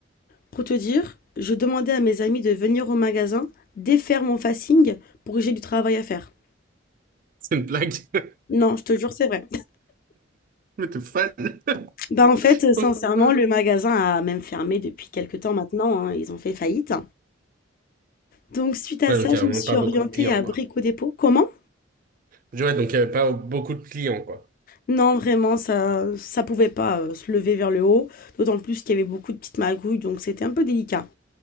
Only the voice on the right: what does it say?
<laughs> C'est une blague. <laughs>
Mais t'es fan. <laughs>
Pourquoi
Ouais,
donc il y
a vraiment
pas beaucoup
de clients,
quoi.
Je dis, Ouais, donc il y avait pas beaucoup de clients, quoi.